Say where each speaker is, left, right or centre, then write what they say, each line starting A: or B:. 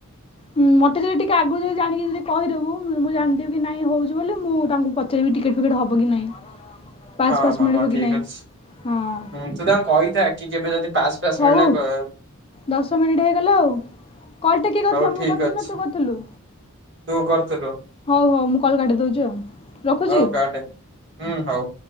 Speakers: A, on the left (about 25°); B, on the right (about 55°).
A: ହୁ ମତେ ଯଦି ଟିକେ ଆଗରୁ ଯଦି ଜଣିକି ଯଦି କହିଦେବୁ ମୁଁ ଜାଣିଦବି କି ନାଇଁ ହଉଛି ବୋଲି ମୁଁ ତାଙ୍କୁ ପ ଚାରି ବି ଟିକେଟ୍ ଫିକେଟ୍ ହେବ କି ନାହିଁ? ପାସ୍
B: ହଁ
A: ଫାସ୍
B: ହଁ
A: ମିଳିବ
B: ହଁ
A: କି
B: ଠିକ୍
A: ନାହିଁ
B: ଅଛି
A: ହଁ
B: ତୁ ତାଙ୍କୁ କହିଥା କି କେବେ ଯଦି ପାସ୍ ଫାସ୍
A: ହଉ
B: ମିଳିଲା କ
A: ଦଶ ମିନିଟ୍ ହେଇଗଲା ଆଉ। କଲ ଟା କିଏ କରିଥିଲା
B: ହଉ
A: ମୁଁ
B: ଠିକ
A: କରିଥିଲି
B: ଅଛି।
A: ନା ତୁ କରିଥିଲୁ?
B: ତୁ କରିଥିଲୁ।
A: ହଉ ହଉ ମୁଁ କଲ୍ କାଟି ଦେଉଛି ଆଉ ରଖୁଛି।
B: ହଉ କାଟେ ହୁଁ ହଉ।